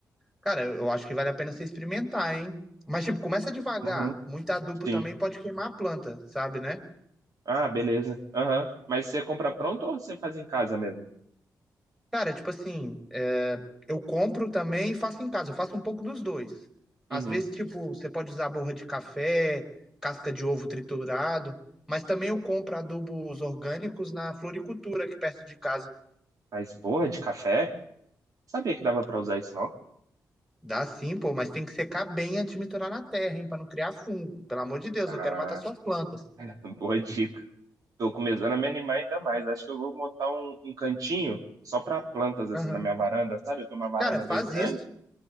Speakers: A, in the centre; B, on the right (about 60°).
A: Cara, eu eu acho que vale a pena você experimentar, hein? Mas, tipo, começa devagar.
B: Uhum.
A: Muito adubo
B: Sim.
A: também pode queimar a planta, sabe, né?
B: Ah, beleza. Aham. Mas você compra pronto ou você faz em casa mesmo?
A: Cara, tipo assim, é, eu compro também e faço em casa. Eu faço um pouco dos dois. Às
B: Uhum.
A: vezes, tipo, você pode usar borra de café, casca de ovo triturado, mas também eu compro adubos orgânicos na floricultura aqui perto de casa.
B: Mas borra de café? Sabia que dava pra usar isso, não?
A: Dá sim, pô, mas tem que secar bem antes de misturar na terra, hein, pra não criar fungo. Pelo amor de Deus,
B: Ah,
A: não quero matar suas plantas.
B: <laughs> boa dica. Tô começando a me animar ainda mais. Acho que eu vou montar um, um cantinho só pra plantas, assim,
A: Aham.
B: na minha varanda, sabe? Eu tenho uma varanda
A: Cara, faz
B: bem grande.
A: isso.